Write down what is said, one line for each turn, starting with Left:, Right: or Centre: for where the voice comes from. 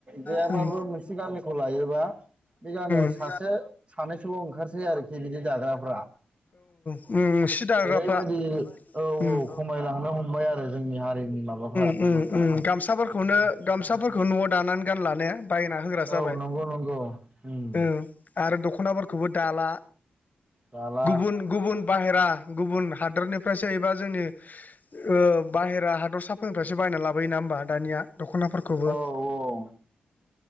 Right: गैयाबाबो
Left: उम
Right: मोनसे गामिखौ लायोबा बे गामियाव
Left: उम
Right: सासे सानैसोल' ओंखारसै आरोखि बिदि दाग्राफ्रा
Left: औ सि दाग्राफ्रा
Right: ओरैबायदि औ औ
Left: उम
Right: खमायलांनो हमबाय आरो जोंनि हारिनि माबा
Left: ओम ओम गामसाफोरखौनो गामसाफोरखौ न'आव दानानै गानला ने बायना होग्रा जाबाय,
Right: औ नंगौ नंगौ उम
Left: ओं आरो दख'नाफोरखौबो दाला
Right: दाला
Left: गुबुन गुबुन, बाहेरा गुबुन हादोरनिफ्रायसो एबा जोंनि ओ बाहेरा हाद दस्राफोरनिफ्रायसो बायना लाबोयो नङा होमबा दानिया, दख'नाफोरखौबो
Right: औ औ ओम